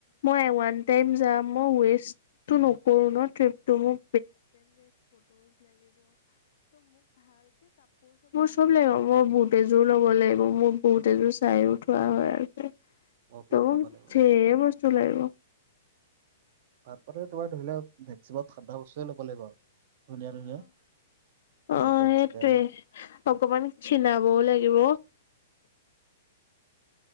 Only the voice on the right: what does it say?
অ
বহুত
ল'ব লাগিব
তাৰপ ত ধৰিলেও ভেক্সিত ঠান্দা বস্তুৱে ল'ব লাগিব ধুনীয়া ধুনীয়া
জেকেট
চেকেল